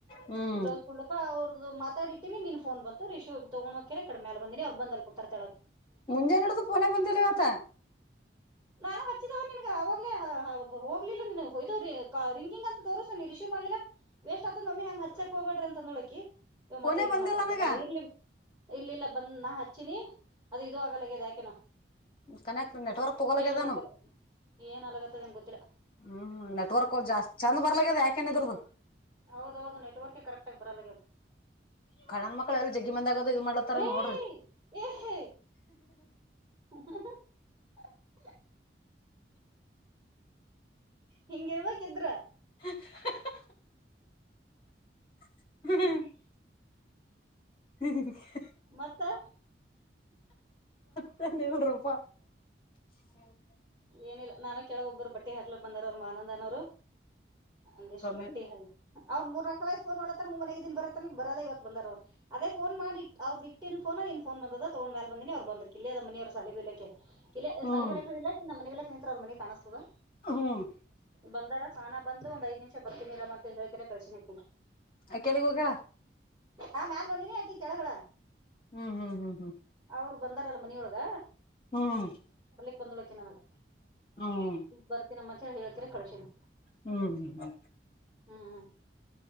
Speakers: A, on the left; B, on the right.
A: ಹ್ಮ್
B: ಬ್ಲೌಸ್ ಕುಡ್ಲಕ ಅವ್ರದ್ದ ಮತ್ ಇಟ್ಟಿನಿ ನೀನ್ ಫನ್ ಬಂತು ರಿಶ್ ತಗೊಂಡ್ ಮಕ ಕಡೆ ಮೇ ಬಿನನಿ್ರು ಬಂದಲ್ ಕುೂತಾರ್ ಕೆಳಗ್
A: ಮುಂಜೆ ನೋಡುದು ಪೋನ ಬಂದಿಲ್ಲ ಆತ
B: ನಾನ ಹಚ್ಚಿದವ ನಿನ್ಗ ಅವಾಗ್ಲೆ ಹೋಗ್ಲಿಲ್ಲ ನಿನ್ಯ್ದ ರಿಂಗಿಂಗ್ ಅಂತ ತೋರ್ಸ ನೀ ರಿಶ್ಯ್ ಮಾಡಿಲ್ಲಾ ವೇಸ್ಟ್ ಆತದ ನ ಮಮ್ಮಿ ಹಂಗ ಹಚ್ಚಕ್ ಹೋಗಬಡ್ರ ಅಂತಡಲು ಆಕಿ ಇವ
A: ಫೋನೇ
B: ಮತ್ತ ಇದ್ದೆ
A: ಬಂದಿಲ್ಲ
B: ಮಾತಾಡ್ತ
A: ನನಗ
B: ನೋಡ ಇರ್ಲಿ ಇಲ್ಲಿ ಇಲ್ಲ ಬಂದ ನಾ ಹಚ್ಚಿನಿ ಅದು ಇ ಆಾಗಲ್ಲಗ್ಯದ ಯಾಕೆನು
A: ಕನೆಕ್ಟ್ ನೆಟ್ವರ್ಕ್ ತಗೋಲಾಗ್ಯದಾನು
B: ಕೇಳ್ಬೇಕದು ಏನ್ ಅಲಗತ್ತದನ್ ಗೊತ್ತಿಲ್ಲ
A: ಹ್ಮ್ ನೆಟ್ವರ್ಕ್ ಜಸ್ತ್ ಚಂದ ಬರ್ಲದ ಯಾಕೇನ ಇದ್ರದು
B: ಹೌದೌದು ನೆಟ್ವರ್ಕ ಕರೆಕ್ಟ ಆಾಗಿಿ ಬರಲ್ಲ
A: ಕಲಣ್ ಮಕ್ಕಳು ಎಲ್ಲ ಜಗ್ಗಿ ಮಂದಿ ಆಗದು ಇದ್ ಮಾಡತಾರ
B: ಏ
A: ನೋಡ್ರಿ
B: ಏ <inaudible> ಹಿಂಗಿರ್ಬೇಕಕ್ ಇದ್ರ
A: <inaudible> <inaudible> <inaudible>
B: ಮತ್ತೆ
A: <inaudible>
B: ಏನಿಲ್ಲ ನಾನ ಕೆಳಗ ಒಬ್ಬರು ಬಟ್ಟೆ ಹಾಕ್ಲಿಕ್ ಬಂದಾರ ಅವರು ಮಾ ಆನಂದನವರು ಒಂದಿಷ್ಟು
A: ಕಮ್ಮಿನ್
B: ಬಟ್ಟೆ ಹಿ ಅವ <unintelligible> ಮನೆಗ್ ದನ್ ಬರತ್ತತ ನೀ ಬರಲ್ಲ ಇವತ್ತು ಬಂದಾರ ಅವರು ಅದೇ ಫೋನ ಅವ್ರ್ದ ಇಟ್ಟಿ ೋ ನೀನ್ ಫೋ ಬಂದದ ತಗೊಂಡ್ ಮೇಲೆ ಬಂದಿನಿ ಅವ್ ಬಂದ್ರಕ್ ಇಲ್ಲಿ ಅದ ಮಿ ಅವ್ರ ಸಾಲಿ ಬಿ ಇಲಿಕ್ಕೆ ಇಲ್ಲ
A: ಹ್ಮ್
B: ಸಾಲಿಮಲ್ಕ ಇಲ್ಲ <unintelligible> ಮನಲಕ್ ನಿಂತ್ರ ಅವ್ರ ಮನ ಕಾಣಿಸಸ್ತದ
A: ಹ್ಮ್
B: ಬಂದಾರ ಸಾನಾ ಬಂದ್ ಒಂದ್ ಐದ್ಮಿಷ ಬರ್ತಿನಿರಾಮ ಹೇಳ್ಕರ ಕಳ್ಶಿನಕಿ
A: ಅಕೇಳಿಗ್ ಹೋಗ್ಯಾಳ
B: ಆ ಮ್ಯಾಲ ಬಂದಿನಿ ಅಕಿ ಕೆಳಗಲ
A: ಹ್ಮ್ ಹ್ಮ್ ಹ್ಮ್ ಹ್ಮ್
B: ಅವ್ರು ಬಂದಾರಲ್ಲ ಮನಿಯೊಳಗ
A: ಹ್ಮ್
B: ಬಂಡೋಲ್ಕಾಕಿ ನನಗ
A: ಹ್ಮ್
B: ಬರ್ತೀನಮ್ಮ ಅಂತ ಹೇಳಿ ಹೇಳ್ಕರೆ ಕಳ್ಸೀನಿ
A: ಹ್ಮ್ ಹ್ಮ
B: ಹ್ಮ್